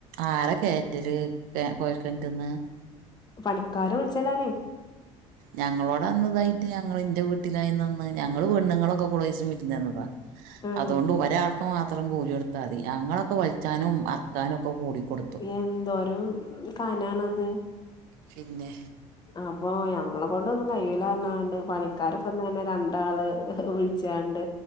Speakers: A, on the right; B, on the left.
A: ആര കേറ്റല് കെ കൊയൽ കെൻറ്റ്ന്ന്?
B: പണിക്കാര വിൾച്ചലാണേ.
A: ഞങ്ങളോടെ അന്ന് ഇതായിട്ട് ഞങ്ങള് ഇന്റെ വീട്ടിലായിന്ന അന്ന് ഞങ്ങള് പെണ്ണുങ്ങളൊക്കെ കൊളേസ് വിര്ന്ന് വന്നതാ.
B: ആഹ്
A: അതോണ്ട് ഒരാൾക്ക് മാത്രം കൂലിയൊ ട്ത്താതി. ഞങ്ങളൊക്കെ വലിച്ചാനും അർക്കാനും ഒക്ക കൂടി കൊട്
B: എന്തോരം കനാണത്.
A: പിന്നെ
B: അപ്പൊ ഞമ്മളെ കൊണ്ടൊന്നും കയ്യൂലർഞ്ഞാണ്ട് പണിക്കാരപ്പം തന്നെ രണ്ടാള് വിളി ച്ചാണ്ട്